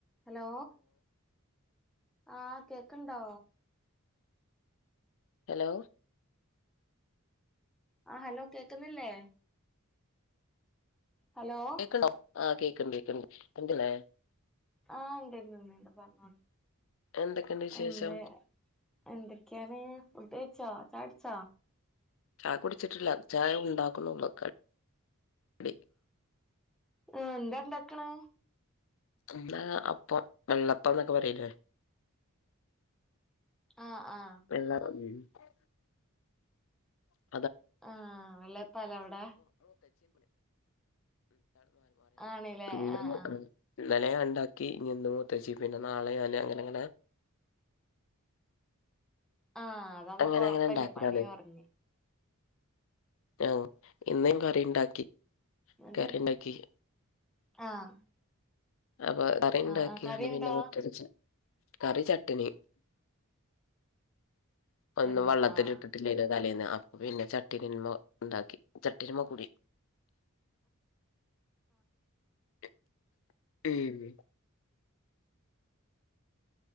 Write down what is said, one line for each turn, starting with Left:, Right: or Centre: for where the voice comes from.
Centre: hello ആഹ് കേക്കണ്ടോ
Left: hello
Centre: ആഹ് ഹലോ കേൾക്കുന്നില്ലേ ഹലോ
Left: <unintelligible>
Centre: ആഹ് ഇണ്ട് ഇണ്ട് ഇണ്ട് പറഞ്ഞോള്
Left: എന്തൊക്കെയുണ്ട് വിശേഷം
Centre: എന്തെ എന്തൊക്കെയാണ് ഫുഡ് കഴിച്ചോ ചായ കുടിച്ചോ
Left: ചായ കുടിച്ചിട്ടില്ല ചായ ഉണ്ടാക്കുണുള്ളു <unintelligible>
Centre: ആഹ് എന്താ ഉണ്ടാക്കണേ
Left: ഇന്ന് അപ്പം വെള്ളപ്പം എന്നൊക്കെ പറയൂലേ
Centre: ആഹ് ആഹ്
Left: <unintelligible> <unintelligible> <unintelligible>
Centre: ആഹ് വെള്ളയപ്പാലേ അവിടെ ആണ്ല്ലേ
Left: ഇന്നലെ
Centre: ആഹ് ആഹ്
Left: ഞാൻ ഉണ്ടാക്കി ഇനി ഇന്ന് മൂത്തേച്ചി പിന്നെ നാളെ ഞാന് അങ്ങനെ അങ്ങനെ
Centre: ആഹ് അതാവുമ്പോ
Left: അങ്ങനെ
Centre: കൊഴപ്പമില്ല
Left: അങ്ങനെ ഉണ്ടാക്കലാണ്
Centre: പണി കുറഞ്ഞ്
Left: ആഹ് ഇന്നും കറി ഉണ്ടാക്കി
Centre: എന്നിട്ട്
Left: കറി ഉണ്ടാക്കി
Centre: ആഹ്
Left: അപ്പൊ കറിയുണ്ടാക്കിയാണ്
Centre: ആഹ് ആഹ് കറി എന്താ
Left: പിന്നെ മുറ്റം അടിച്ചെ കറി ചട്ടിനി ഒന്ന്
Centre: ബെന്നി
Left: വെള്ളത്തിലിട്ടി
Centre: ആഹ്
Left: <unintelligible> തലേന്ന് അപ്പൊ പിന്നെ <unintelligible> ഉണ്ടാക്കി <unintelligible> <unintelligible>